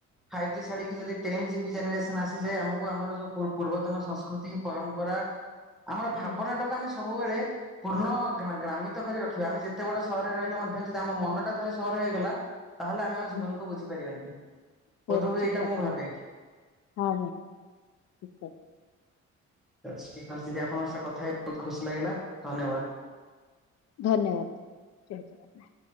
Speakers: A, in the centre; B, on the left.
A: ଫାଇବି ଜି ଛାଡ଼ିକି ଯଦି ଟେନ୍ ଜି ବି ଜେନେରେସନ୍ ଆସିଯାଏ ଆମକୁ ଆମର ଯୋଉ ପୂ ପୂର୍ବତନ ସଂସ୍କୃତି ପରମ୍ ପରା ଆମର ଭାବନା
B: ହୁଁ
A: ଟାକୁ ଆମେ ସବୁବେଳେ ପୂର୍ଣ୍ଣ ଗ୍ରା ଗ୍ରାମିତ କରି ରଖିବା ଆମେ ଯେତେ ବଡ ସହରରେ ରହିଲେ ମଧ୍ୟ ଯଦି ଆମ ମନଟା ସହର ହେଇଗଲା ତାହେଲେ ଆମେ ଆଉ ଜୀବନକୁ
B: ହୁଁ
A: ବୁଝି ପାରିବାନି
B: ସେ
A: ବୋଧ ହୁଏ
B: ଠିକ
A: ଏଇଟା ମୁଁ
B: କଥା
A: ଭାବେ।
B: ହଁ ଭ ଠିକ <unintelligible>
A: ଠିକ୍ ଅଛି ଠିକ୍ ଦିଦି ଆପଣଙ୍କ ସହ କଥା ହେଇ ବୋହୁତ ଖୁସି ଲାଗିଲା ଧନ୍ୟବାଦ।
B: ଧନ୍ୟବାଦ ଆଜ୍ଞା।